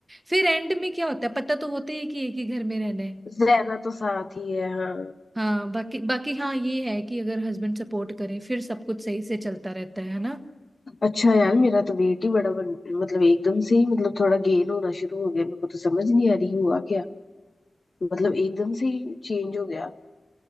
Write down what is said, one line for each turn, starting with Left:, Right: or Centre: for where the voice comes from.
Right: फिर एंड में क्या होता है पता तो होता ही है कि एक ही घर में रहना है
Left: रहना तो साथ ही है हाँ
Right: हाँ बाकी बाकी हाँ ये है कि अगर हस्बैंड सपोर्ट करे फिर सब कुछ सही से चलता रहता है है ना
Left: अच्छा यार मेरा तो वेट ही बड़ा बन, मतलब एकदम से ही मतलब थोड़ा गेन होना शुरू हो गया मेरे को तो समझ नहीं आ रही हुआ क्या मतलब एकदम से ही चेंज हो गया